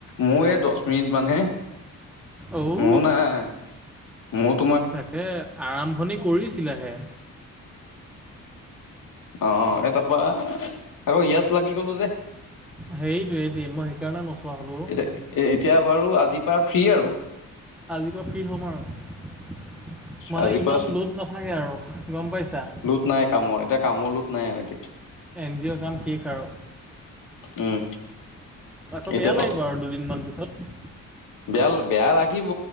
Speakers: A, on the left; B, in the centre.
A: মোৰ এই দচ মিনিটমানহে।
B: অ'।
A: মোৰ নাই, মত
B: তাকে আৰাম্ভণি কৰিছিলেহে।
A: অ' এ তাৰপৰা আকৌ ইয়াত লাগি গলো যে,
B: হেৰিটোৱে সেইটোৱে মই সেইকাৰণে নোচোৱা হ'লো অ'
A: এতা এ এতিয়া বাৰু আজিৰ পৰা ফ্ৰী আৰু।
B: আজিৰ পৰা ফ্ৰী হ'ম আৰু, মানে
A: আজিৰ
B: ইমান
A: পৰা
B: লোড নাথাকে আৰু, গম পাইছা?
A: লোড নাই কামৰ, এতিয়া কামৰ লোড নাই আৰু এতিয়া।
B: এনজিঅ'ৰ কাম শেষ আৰু।
A: উম
B: আকৌ
A: এতিয়াৰ
B: বেয়া লাগিব আৰু দুদিনমান পাছত।
A: বেল, বেয়া লাগিব।